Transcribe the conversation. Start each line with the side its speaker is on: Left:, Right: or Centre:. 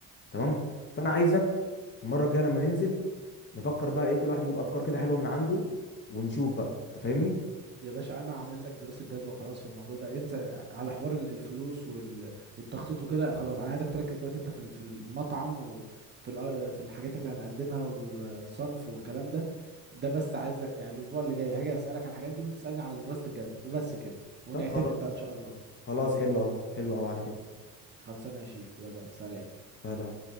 Left: تمام فانا عايزك المره الجايه لما ننزل نفكر بقى ايه كل واحد يجيب افكار كده حلوه من عنده ونشوف بقى انت فاهمني
Right: يا باشا انا عامل لك دراسه جدوى خلاص في الموضوع ده انت على حوار ال- الفلوس وال... والتخطيط وكده خلاص انا عايزك تركز دلوقتي انت في ال- في المطعم وفي ال... في الحاجات اللي هنقدمها والصنف والكلام ده ده بس عايز يعني الاسبوع اللي جاي هاجي اسالك على الحاجات دي وانت تسالني على دراسه الجدوى وبس كده ونعتمد
Left: طب خلاص
Right: بقى ان شاء الله
Left: خلاص حلو قوي حلو قوي على كده
Right: خلصانه يا شيف يلا سلام
Left: سهله